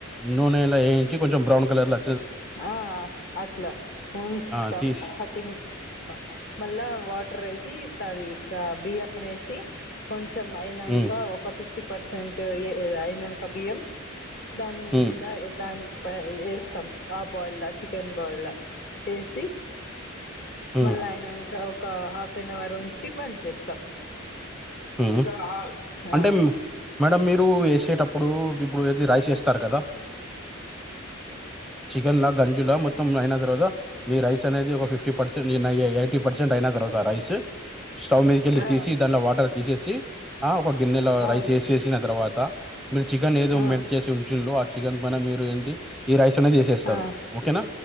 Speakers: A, in the centre; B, on the left.
A: నూనెలా ఏయించి కొంచెం బ్రౌన్ కలర్లా
B: ఆ అట్లా ఉంచుస్తాం
A: ఆ! తీసి
B: థర్టీ మిని మళ్ళా వాటర్ వేసి తది బియ్యం వేసి కొంచెం అయినంక
A: హ్మ్.
B: ఒక ఫిఫ్టీ పర్సెంట్ అయినంక బియ్యం దాని
A: హ్మ్.
B: మీద దాని వేస్తాం ఆ బాయిల్లా చికెన్ బాయిల్లా వేసి
A: హ్మ్.
B: మళ్ళీ అయినాక ఒక హాఫ్ అన్ అవర్ ఉంచి బంద్ చేస్తాం
A: హు
B: ఆ, ఆ,
A: అంటే మేడం మీరు వేసేటప్పుడు ఇప్పుడు ఏది రైస్ వేస్తారు కదా చికెన్ లా గంజులా మొత్తం అయిన తర్వాత మీ రైస్ అనేది ఒక ఫిఫ్టీ పర్సెంట్ <unintelligible> పర్సెంట్ అయిన తర్వాత రైస్ స్టవ్ మీదకెళ్ళి
B: ఆ,
A: తీసి దాంట్లో వాటర్ తీసేసి ఆ ఒక గిన్నెల
B: అవును
A: రైస్ వేసేసిన ఆ తర్వాత మీరు చికెన్ ఏదో
B: ఆ,
A: మెల్ట్ చేసి ఉంచు చికెన్ పైన మీరు ఏంటి ఈ రైస్ అనేది వేసేస్తారు
B: ఆ,
A: ఓకేనా